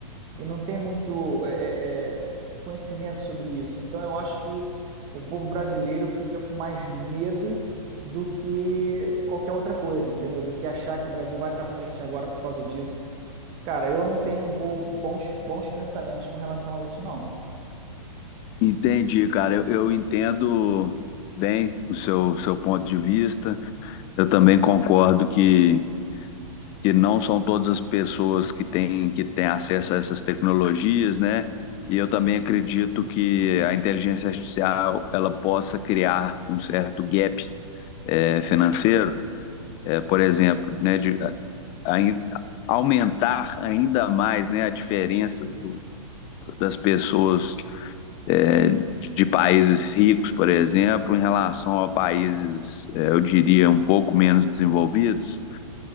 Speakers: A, on the right; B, on the left.
A: e não tem muito é, é, é, conhecimento sobre isso. Então, eu acho que o povo brasileiro fica com mais medo do que qualquer outra coisa, entendeu? Do que achar que o Brasil vai para frente agora por causa disso. Cara, eu não tenho bo- bons, bons pensamentos com relação a isso, não.
B: Entendi, cara. Eu, eu entendo bem o seu, seu ponto de vista. Eu também concordo que, que não são todas as pessoas que têm, que têm acesso a essas tecnologias, né? E eu também acredito que a inteligência artificial ela possa criar um certo gap eh, financeiro, eh, por exemplo, né, de, a- ain- aumentar ainda mais, né, a diferença do- das pessoas é, de, de países ricos, por exemplo, em relação a países, é, eu diria, um pouco menos desenvolvidos.